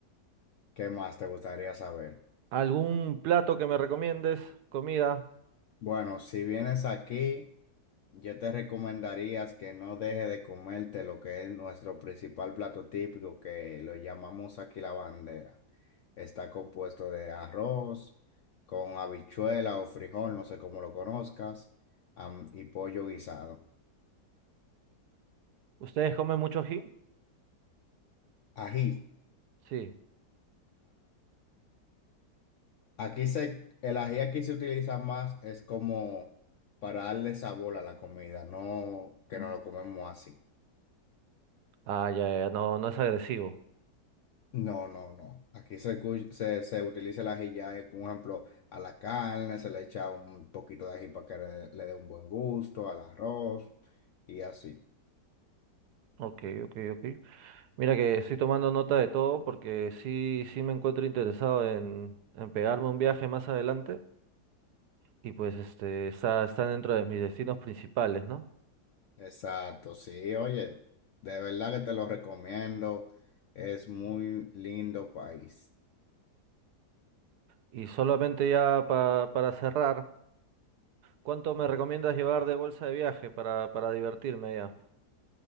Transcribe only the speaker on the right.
¿Algún plato que me recomiendes? Comida.
¿Ustedes comen mucho ají?
Sí.
Ah, ya, ya, no, no es agresivo.
Ok, ok, ok. Mira que estoy tomando nota de todo porque sí, sí me encuentro interesado en, en pegarme un viaje más adelante y pues este está, está dentro de mis destinos principales, ¿no?
Y solamente ya pa- para cerrar. ¿Cuánto me recomiendas llevar de bolsa de viaje para, para divertirme allá?